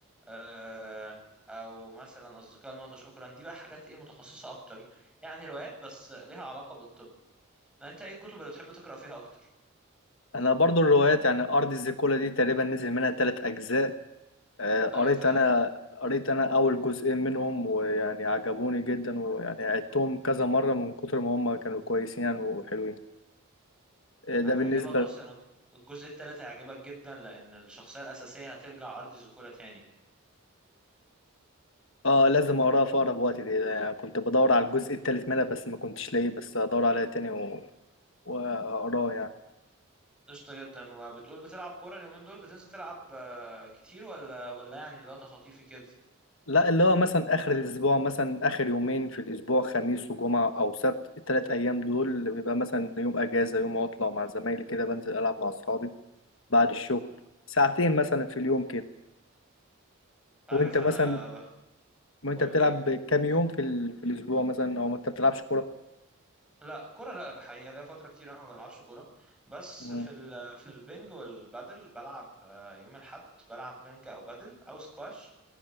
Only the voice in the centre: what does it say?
آه، او مثلا اصدقاء الموتى شكرا دي بقى حاجات ايه متخصصه اكتر يعني روايات بس ليها علاقه بالطب ما انت ايه الكتب اللي بتحب تقرأ فيها اكتر
ايوه فعلا
هتعجبك
اصلا الجزء التالت هيعجبك جدا لان الشخصية الاساسية هترجع ارض زيكولا تاني
قشطة جدا وبتقول بتلعب كورة اليومين دول بتنزل تلعب آه، كتير ولا ولا يعني اللي هو تخطيفي كده انت
عارف
انا ب-
قول
لي ايه
لا كورة لا الحقيقة لا فترة كتير انا ما بلعبش كورة بس
في ال... في البنج والبادل بلعب آه، يوم الاحد بلعب بنج او بادل او سكواش